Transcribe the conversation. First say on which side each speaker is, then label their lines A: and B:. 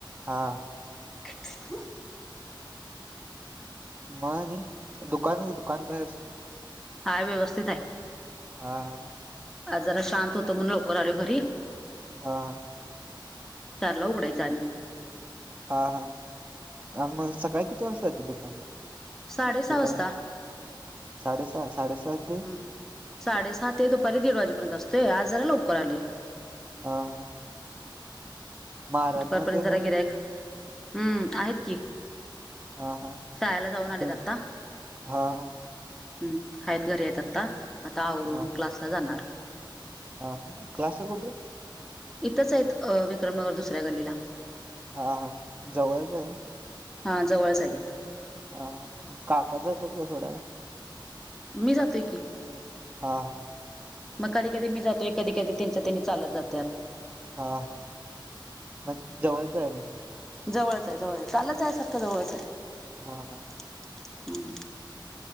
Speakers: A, on the right (about 20°); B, in the centre.
A: हा
B: <inaudible>
A: मग नाही दुकान दुकान कायच.
B: हाय व्यवस्थित आहे.
A: हा हा
B: आ जरा शांत होतो म्हणून लवकर आलो घरी
A: हा हा
B: चारला उघायचा आणि
A: हा हा आणि मग सकाळी किती वाजत दुकानला
B: साडे सहा
A: दुकान
B: वाजता
A: साडेसहा साडेसात
B: हम्म साडेसात ते दुपारी दीड वाजेपर्यंत असतोय, आज जरा लवकर आलोय.
A: हा हा <unintelligible>
B: दुपारपर्यंत
A: तेन
B: जरा गिराइक, हम्म आहेत की.
A: हा हा
B: शाळेला जाऊन आलेत
A: तेन
B: आता.
A: हा हा
B: हम् आहेत, घरी आहेत आता. आता आवरून
A: हा
B: क्लासला जाणार.
A: हा क्लासला कुठं
B: इथंच आहेत. विक्रमनगर दुसऱ्या गल्लीला
A: हा हा जवळच आहे.
B: हा जवळच आहे इथं.
A: हा हा काका जातात का सोडायला?
B: मी जातोय की.
A: हा हा.
B: मग कधी कधी मी जातोय कधी कधी त्यांच्या त्यांनी चालत जातात.
A: हा हा मग जवळचं आहे मण
B: जवळच आहे जवळ आहे चालत जायासारखं जवळच आहे.
A: हा हा.
B: <unintelligible> हम्म